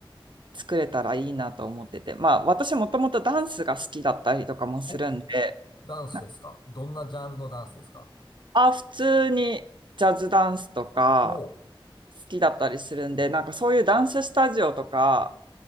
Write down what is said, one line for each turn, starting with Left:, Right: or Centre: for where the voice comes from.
Right: 作れたらいいなと思ってて、まあ、私もともとダンスが好きだったりとかもするんで、
Left: お、ダンスですかどんなジャンルのダンスですか
Right: なんかあ、普通にジャズダンスとか
Left: ほう。
Right: 好きだったりするんで、なんかそういうダンススタジオとか